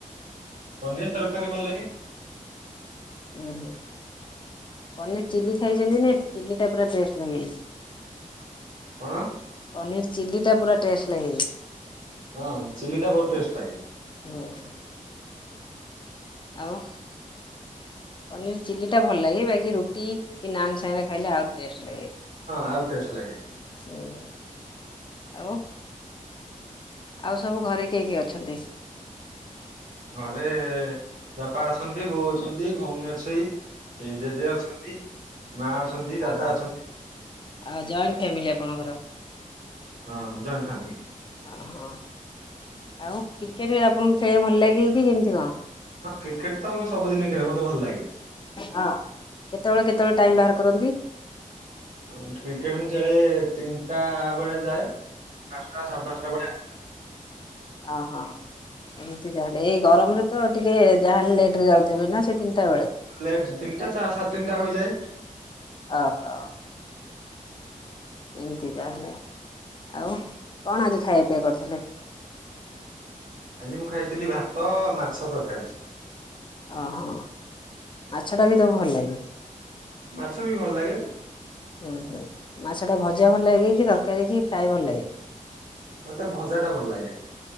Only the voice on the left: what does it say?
ଉଁ ହୁଁ। ପନିର ଚିଲି ଖାଇଛନ୍ତି ନା? ଚିଲ୍ଲି ଟା ପୁରା ଟେଷ୍ଟ ଲାଗେ।
ପନିର ଚିଲ୍ଲି ଟା ପୁରା ଟେଷ୍ଟ ଲାଗେ।
ହୁଁ ହୁଁ। ଆଉ? ପନିର ଚିଲ୍ଲି ଟା ଭଲ ଲାଗେ ବାକି ରୁଟି କି ନାନ୍ ସାଙ୍ଗେ ଖାଇଲେ ଆହୁରି ଟେଷ୍ଟ ଲାଗେ।
ସେଇ ଆଉ? ଆଉ ସବୁ ଘରେ କିଏ କିଏ ଅଛନ୍ତି?
ଓହୋ
ଆଉ ଜଏଣ୍ଟ ଫ୍ୟାମିଲି ଆପଣଙ୍କର?
ଓହୋଃ, ଆଉ କ୍ରିକେଟ ବି ଆପଣଙ୍କୁ ଖେଳିବାକୁ ଭଲ ଲାଗିଲ କି କେମିତି କଣ?
ହଁ, କେତେବେଳେ କେତେବେଳେ ଟାଇମ ବାହାର କରନ୍ତି?
ଅ ହଁ। ଏମିତି ତାହେଲେ। ଏଇ ଗରମରେ ତ ଟିକେ ଯାହାହେଲେ ଲେଟ ରେ ଯାଉଥିବେ ନା ସେ ତିନିଟା ବେଳେ?
ଅହଃ। ଏମିତି ତାହେଲେ। ଆଉ କଣ ଆଜି ଖାଇବା ପିଇବା କରୁଥିଲେ?
ଓହୋଃ, ମାଛ ଟା ବି ତମକୁ ଭଲ ଲାଗେ?
ହୁଁ ହୁଁ, ମାଛଟା ଭଜା ଭଲ ଲାଗେ କି ତରକାରୀ କି ଫ୍ରାଏ ଭଲ ଲାଗେ?